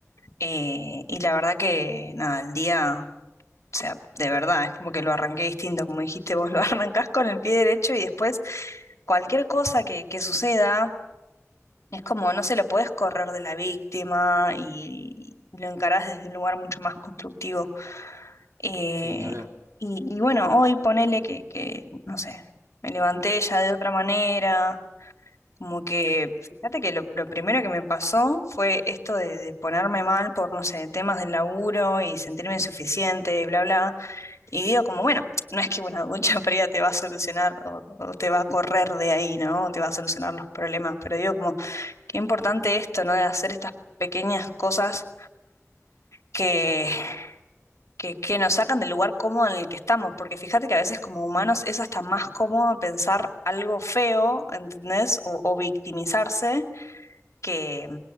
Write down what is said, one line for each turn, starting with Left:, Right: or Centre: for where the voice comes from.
Left: eh, y la verdad que, nada, el día, o sea, de verdad, es como que lo arranqué distinto, como dijiste vos, <laughs> lo arrancás con el pie derecho y después cualquier cosa que, que suceda, es como, no se lo podés correr de la víctima y lo encarás desde un lugar mucho más constructivo. Eh,
Right: Sí, ni hablar.
Left: y, y bueno, hoy ponele que, que, no sé, me levanté ya de otra manera, como que, fíjate que lo, lo primero que me pasó fue esto de, de ponerme mal por, no sé, temas del laburo y sentirme insuficiente, y bla, bla. Y digo como, bueno, no es que una ducha <laughs> fría te va a solucionar o, o te va a correr de ahí, ¿no? Te va a solucionar los problemas, pero digo como, qué importante esto, ¿no? De hacer estas pequeñas cosas. que que, que nos sacan del lugar cómodo en el que estamos, porque fíjate que a veces como humanos es hasta más cómodo pensar algo feo, ¿entendés? O, o victimizarse que,